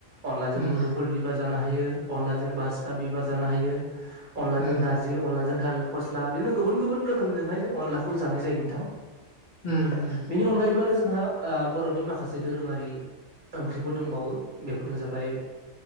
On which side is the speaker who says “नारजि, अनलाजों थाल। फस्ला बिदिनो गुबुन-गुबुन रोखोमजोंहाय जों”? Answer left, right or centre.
Right